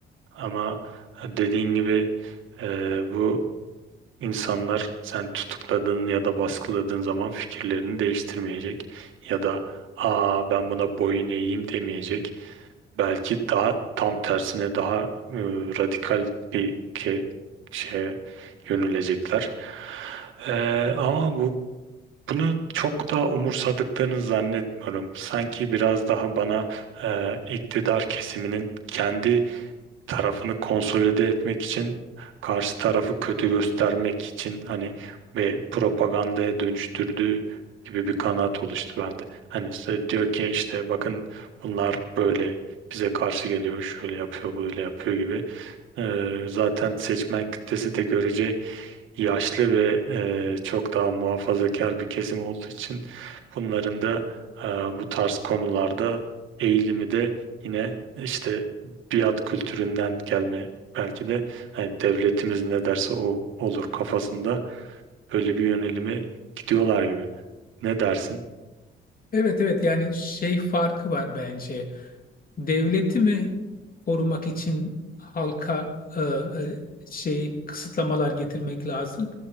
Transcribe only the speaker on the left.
Evet evet yani şey farkı var bence. devleti mi korumak için halka e, e, şey kısıtlamalar getirmek lazım?